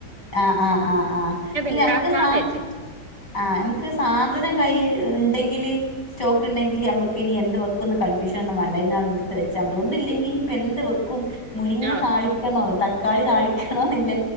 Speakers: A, on the left (about 85°); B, on the right (about 75°).
A: ആ ആ ആ ആ ഇല്ല
B: ഇണ്ടാക്കാന്ന്
A: മ്മുക്ക് സാ
B: വെച്ചു
A: ആ എമ് ക്ക് സാധനം കൈയില്ണ്ടെങ്കില് സ്റ്റോക്ക് ണ്ടെങ്കില് അമു ത്തിനി എന്ത് വെക്കുന്ന് കൺഫ്യഷൻ ഒന്നും വേണ്ട ഇന്ന് അവ്ട്ന്ന് എടുത്ത് വെച്ചാ മതി ഒന്നു ഇില്ലെങ്കി ഇനിപ്പൊ എന്ത് വെക്കും മുരിങ്ങ
B: ആഹ്
A: താളിക്കണോ തക്കാളി താളിക്കണോന്നില്ലേ